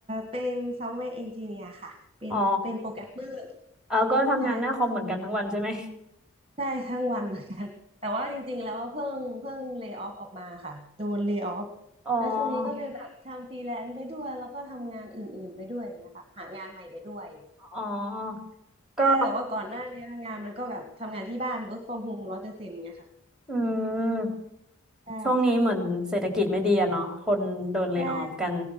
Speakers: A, on the right; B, in the centre.
A: เป็นซอฟต์แวร์เอนจิเนียร์ค่ะเป็นเป็นโปรแกรมเมอร์
B: อ๋อเออก็ทำงานหน้าคอมเหมือนกันทั้งวันใช่ไหม
A: ใช่ ใช่ทั้งวันเหมือนกัน <laughs> แต่ว่าจริงๆแล้วว่าเพิ่งเพิ่งเล y o ออฟออกมาค่ะโดนเล y o ออฟ
B: อ๋อ
A: แล้วช่วงนี้ก็เลยแบบทำฟรีแลนซ์ไปด้วยแล้วก็ทำงานอื่นๆไปด้วยอย่างเงี้ยค่ะหางานใหม่ไปด้วย
B: อ๋อก็
A: แต่แต่ว่าก่อนหน้าเนี้ยงานมันก็แบบทำงานที่บ้าน work from home ร้อยเปอร์เซ็นต์เงี้ยค่ะ
B: อืม
A: ใช่
B: ช่วงนี้เหมือนเศรษฐกิจไม่ดีอะเนาะคนโดนเล
A: ใช่
B: y o ออฟกัน